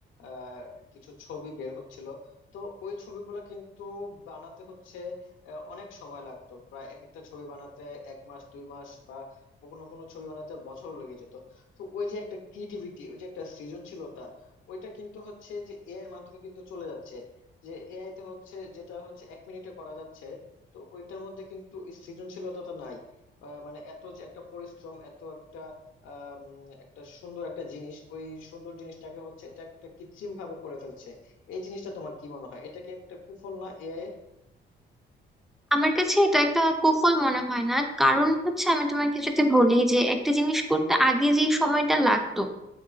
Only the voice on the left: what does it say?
আহ, কিছু ছবি বের হচ্ছিল তো ওই ছবিগুলো কিন্তু বানাতে হচ্ছে আহ, অনেক সময় লাগতো প্রায় এক একটা ছবি বানাতে এক মাস দুই মাস কোনো কোনো ছবি বানাতে বছরও লেগে যেত তো ওই যে একটা ক্রিয়েটিভিটি ওই যে একটা সৃজনশীলতা ওইটা কিন্তু হচ্ছে যে এআই এর মাধ্যমে কিন্তু চলে যাচ্ছে যে এআই তে হচ্ছে যেটা হচ্ছে এক মিনিটে করা যাচ্ছে তো ওইটার মধ্যে কিন্তু এই সৃজনশীলতাটা নাই আহ, মানে এত যে একটা পরিশ্রম এত একটা আহ, উম, একটা সুন্দর একটা জিনিস ওই সুন্দর জিনিসটাকে হচ্ছে এটা একটা কৃত্রিম ভাবে করে ফেলছে এই জিনিসটা তোমার কি মনে হয় এটা কি একটা কুফল না এআই এর